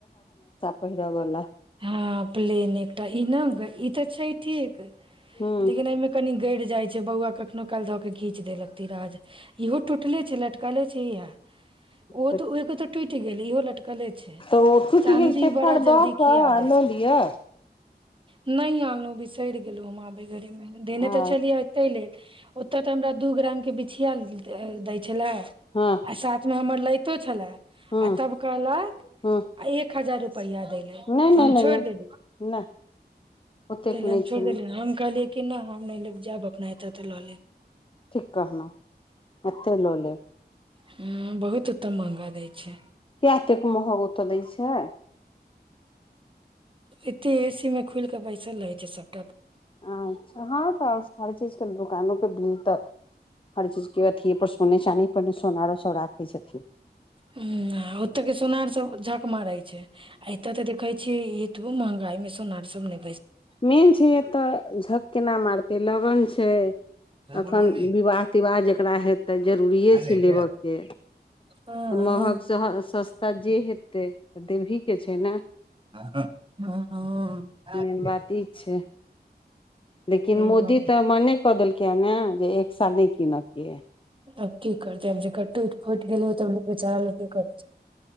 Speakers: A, on the left; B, on the right.
A: पहिरवला <inaudible>
B: हँ प्लेन एकटा ई न ई त छै ठीक
A: हूँ
B: लेकिन एहिमे कनि गड़ जाइत छैक बौआ कखनो काल ध केँ घीच देलक तीराज इहो टूटले छै लट कहले छी इहा ओ
A: तऽ
B: त ओए त टूटि गेल इहो लटक कले छैक
A: तऽ ओ टूटि
B: चाँदी
A: गेल तेकर
B: बड़ा जल्दी
A: दऽ
B: खिआ
A: कऽ आ
B: जाइत
A: लऽ
B: छैक
A: लिअ
B: नहि आनलु बिसरि गेलो हमाबि मे देने
A: आ
B: त छलियै इते लेट ओत त हमरा दू ग्राम के बिछिया दै छलै
A: हँ
B: आ साथ म हमर लैतो छलै
A: हँ
B: आ तब कहलक
A: हँ
B: एक हजार रुपैया दैय लेल
A: नहि नहि
B: त हम
A: नहि
B: छोड़ि
A: नहि
B: देली
A: नहि ओतेक
B: तै ल
A: नहि
B: हम छोड़
A: छै
B: देलिय हम कहलियै कि न हम नहि लेब जैब अपना एत त ल लेब
A: ठीक कहलौं एतै ल लेब
B: ह्म बहुत ओत मंहगा दै छै
A: कियातेक महग ओतऽ दै छै
B: एते एसी मे खुलि कऽ पैसा लै छै सब
A: अच्छा हँ त हर चीज दुकानो प बिल तक हर चीज के अथिये पर सोने चानी पर ने सोनारो सब राखै छथिन
B: ह ओतऽ के सोनार सब झक मारै छै आ एतऽ तऽ देखै छै एतबो महंगाई में सोनार सब ने
A: मेन छै तऽ झक केना मारत त लगन छै
B: सर
A: एखन
B: गुड मॉर्निंग
A: विवाह तिवाह जकरा हेतै जरूरिए
B: आ गए
A: छै
B: क्या
A: लेबयके
B: हाँ,
A: महग स सस्ता जे हेतै तऽ देवहीके छै ने
B: ह
A: मेन बात ई छै लेकिन
B: ठीक
A: मोदी
B: है। हाँ।
A: तऽ मने कऽ देलक आ जे एक्सा नहि कीनऽ के है
B: आ की कर त हम जेकर टूट फूट गेलय त बेचार लके करतै